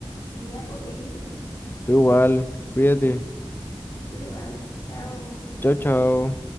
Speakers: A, on the left; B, on the left.
A: Ya, pues que sí, fin.
B: Tú igual, cuídate.
A: Tú igual. Chao.
B: Chao, chao.